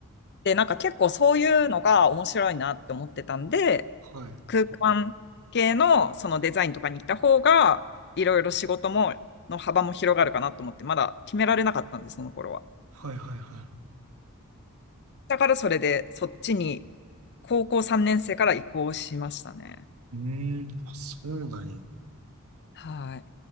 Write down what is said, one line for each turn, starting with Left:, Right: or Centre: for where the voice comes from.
Left: で、なんか結構そういうのが面白いなって思ってたんで、
Right: はい。
Left: 空間系のそのデザインとかに行った方が、いろいろ仕事も、の幅も広がるかなと思って、まだ決められなかったんです、その頃は。
Right: はいはいは
Left: だからそれで、そっちに高校3年生から移行しましたね。
Right: い。うーん、あ、そうなんや。
Left: はい。